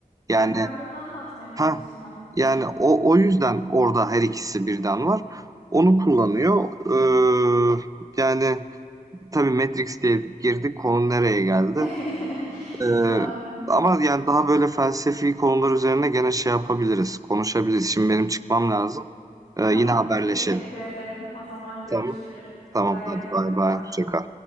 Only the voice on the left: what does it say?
Evet ben de onu anlatmaya çalıştım
aslında.
<laughs>
Doğru.
Tamam.
Teşekkür ederim. O zaman görüşürüz.
Kolay gelsin
sana.